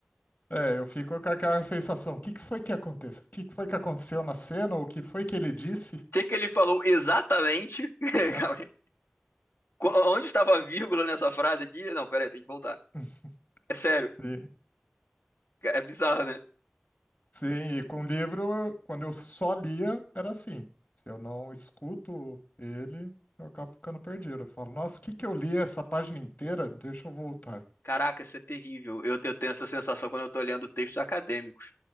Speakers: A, on the left; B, on the left.
A: É, eu fico com aquela sensação. O que que foi que aconteceu? O que que foi que aconteceu na cena? Ou O que foi que ele disse?
B: que que ele falou exatamente? <laughs>
A: Ah,
B: Calma aí. Qu- Onde estava a vírgula nessa frase aqui? Não, peraí, tem que voltar.
A: <laughs>
B: É sério.
A: Sim,
B: É bizarro, né?
A: sim, e com o livro, quando eu só lia, era assim. Se eu não escuto ele, eu acabo ficando perdido. Eu falo, nossa, o que que eu li essa página inteira? Deixa eu voltar.
B: Caraca, isso é terrível. Eu, eu tenho essa sensação quando eu tô lendo textos acadêmicos.